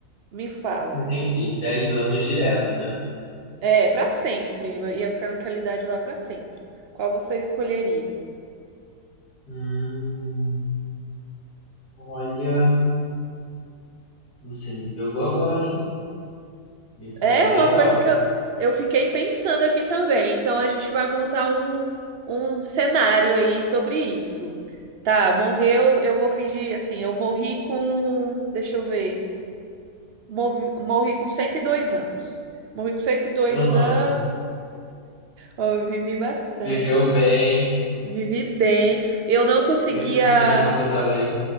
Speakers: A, on the right; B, on the left.
A: Me fala.
B: entendi. Dez anos direto, né?
A: É, pra sempre. Ia ficar naquela idade lá pra sempre. Qual você escolheria?
B: Hum, olha, você me pegou agora, hein? Me pegou
A: É
B: legal.
A: uma coisa que eu, eu fiquei pensando aqui também. Então a gente vai montar um, um cenário aí sobre isso. Tá, morreu, eu vou fingir assim, eu morri com, deixa eu ver, morri, morri com 102 anos. Morri com cento e dois
B: Aham,
A: anos, eu vivi bastante,
B: Viveu bem,
A: vivi bem. Eu não conseguia
B: descendente de Matusalém.